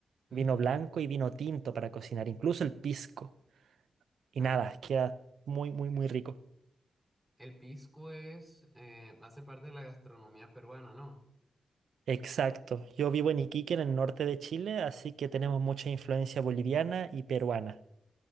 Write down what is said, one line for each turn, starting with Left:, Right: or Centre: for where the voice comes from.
Centre: mm.
Right: Vino blanco y vino tinto para cocinar, incluso el pisco. Y
Centre: Ah,
Right: nada,
Centre: sí.
Right: queda muy, muy, muy rico.
Centre: el pisco es, eh, hace parte de la gastronomía peruana, ¿no?
Right: Exacto. Yo vivo en Iquique, en el norte de Chile, así que tenemos mucha influencia boliviana y peruana.